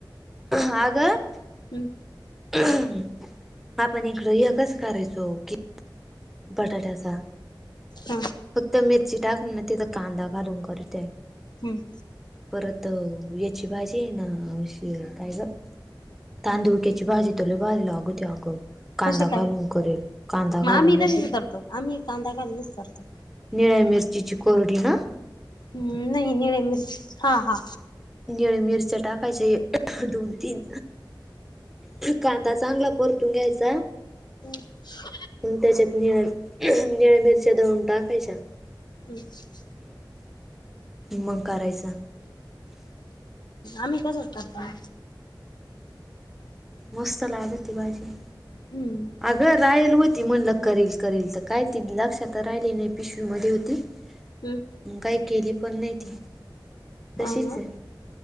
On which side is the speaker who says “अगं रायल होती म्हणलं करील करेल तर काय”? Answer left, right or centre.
Centre